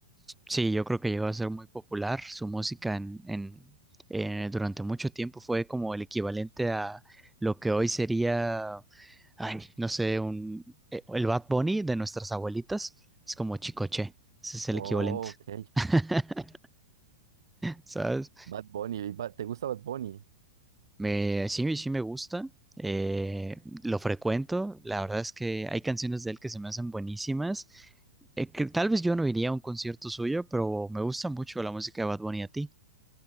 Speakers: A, in the centre; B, on the right.
A: Sí, yo creo que llegó a ser muy popular. Su música en, en- eh, durante mucho tiempo fue como el equivalente a lo que hoy sería, ay, no sé, un, eh, el Bad Bunny de nuestras abuelitas. Es como Chicoche. Ese es el
B: Oh,
A: equivalente,
B: ok.
A: <laughs> ¿sabes?
B: Bad Bunny. Ba- ¿Te gusta Bad Bunny?
A: Me, sí, sí me gusta, eh, lo frecuento, la verdad es que hay canciones de él que se me hacen buenísimas. Eh, que tal vez yo no iría a un concierto suyo, pero me gusta mucho la música de Bad Bunny a ti.